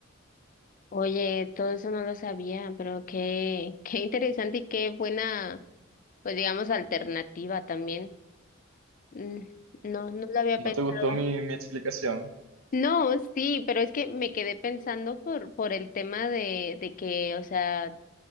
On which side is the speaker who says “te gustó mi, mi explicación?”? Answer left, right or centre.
Right